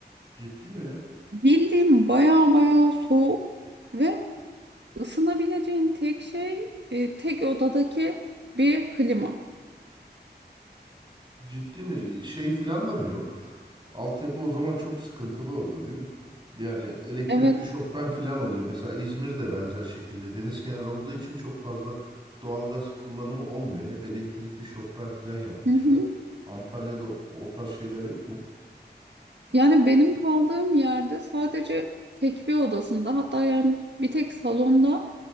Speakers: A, on the right; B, on the right.
A: Ciddi mi ya?
B: Bildiğim baya baya soğuk ve ısınabileceğin tek şey e, tek odadaki bir klima.
A: Ciddi mi? Şey filan da mı yok? Altyapı o zaman çok sıkıntılı orada değil mi? Yani elektrikli
B: Evet.
A: şofben filan oluyor. Mesela İzmir'de benzer şekilde deniz kenarı olduğu için çok fazla doğalgaz kullanımı olmuyor. Hep elektrikli şofben filan yapmışlar.
B: Hı hı.
A: Antalya'da o, o tarz şeyler yok mu?
B: Yani benim kaldığım yerde sadece tek bir odasında hatta yani bir tek salonda